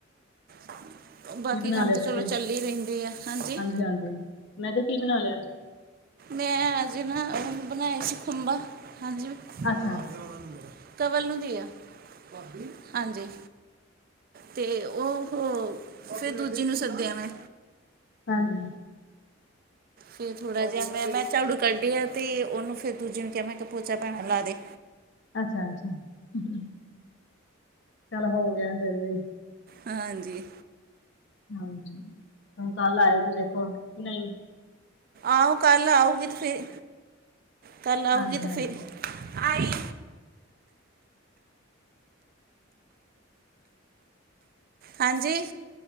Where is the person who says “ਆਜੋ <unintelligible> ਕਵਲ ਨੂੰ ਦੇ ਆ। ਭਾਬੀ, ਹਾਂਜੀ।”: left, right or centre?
Right